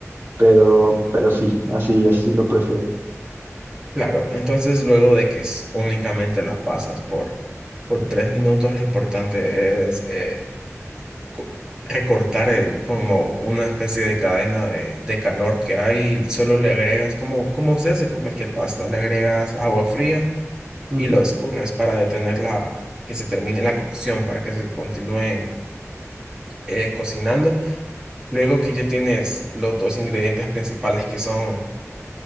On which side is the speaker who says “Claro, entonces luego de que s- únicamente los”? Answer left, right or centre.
Right